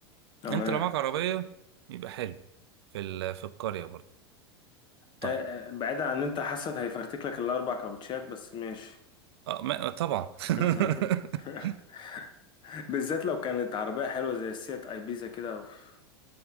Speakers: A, on the left; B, on the right.
A: تمام
B: انت لو معاك عربية يبقى حلو في ال- في القرية برضه طيب
A: آه، آه، بعيدا عن إن انت حاسس هيفرتك لك الاربع كاوتشات بس ماشي
B: اه ما- طبعا <laughs>
A: <laughs> بالذات لو كانت عربية حلوة زي السيات ايبيزا كده أوف.